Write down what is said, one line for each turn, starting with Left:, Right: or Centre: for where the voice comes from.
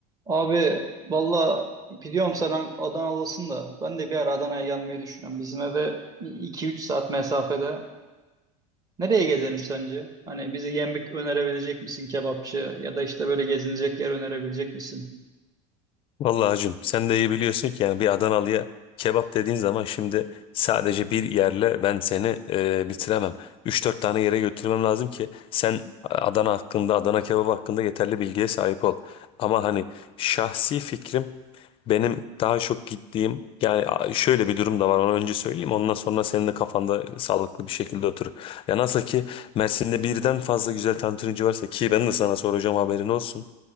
Right: Abi valla biliyorum sen An- Adanalısın da ben de bir ara Adana'ya gelmeyi düşünüyorum. Bizim eve iki üç saat mesafede. Nereye gezelim sence? Hani bize yemek önerebilecek misin kebapçı ya da işte böyle gezinecek yer önerebilecek misin?
Left: Vallahi hacım sen de iyi biliyorsun ki yani bir Adanalı'ya kebap dediğin zaman şimdi sadece bir yerle ben seni e, bitiremem. Üç dört tane yere götürmem lazım ki sen Adana hakkında, Adana kebabı hakkında yeterli bilgiye sahip ol. Ama hani şahsi fikrim benim daha çok gittiğim yani a- şöyle bir durum da var onu önce söyleyeyim ondan sonra senin de kafanda sağlıklı bir şekilde oturur. Ya nasıl ki Mersin'de birden fazla güzel tantunici varsa ki ben de sana soracağım haberin olsun.